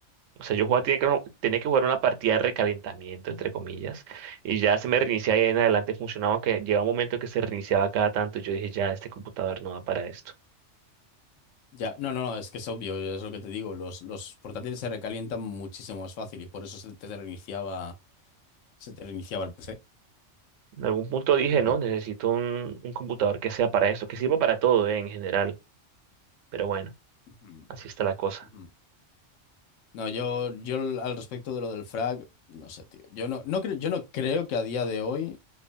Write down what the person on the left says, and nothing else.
Ya, no, no, no, es que es obvio, es lo que te digo, los, los portátiles se recalientan muchísimo más fácil y por eso se te reiniciaba, se te reiniciaba el PC.
Entonces,
ujú,
ujú. No, yo, yo al respecto de lo del frag, no sé, tío. Yo no, no creo, yo no creo que a día de hoy.